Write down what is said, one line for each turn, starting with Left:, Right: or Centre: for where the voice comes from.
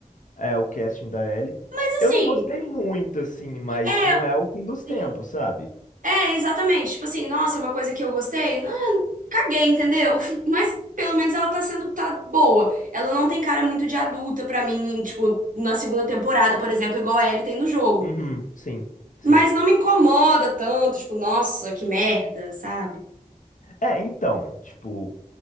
Left: É o casting da Ellie.
Right: Mas assim,
Left: Eu não gostei muito, assim, mas
Right: é,
Left: não é o fim dos tempos,
Right: sim,
Left: sabe?
Right: é exatamente. Tipo assim, nossa, é uma coisa que eu gostei. Ah, caguei, entendeu? <laughs> Mas pelo menos ela tá sendo tá boa. Ela não tem cara muito de adulta pra mim, tipo, na segunda temporada, por exemplo, igual a Ellie tem no jogo.
Left: Uhum, sim, sim.
Right: Mas não me incomoda tanto, tipo, nossa, que merda, sabe?
Left: É, então, tipo,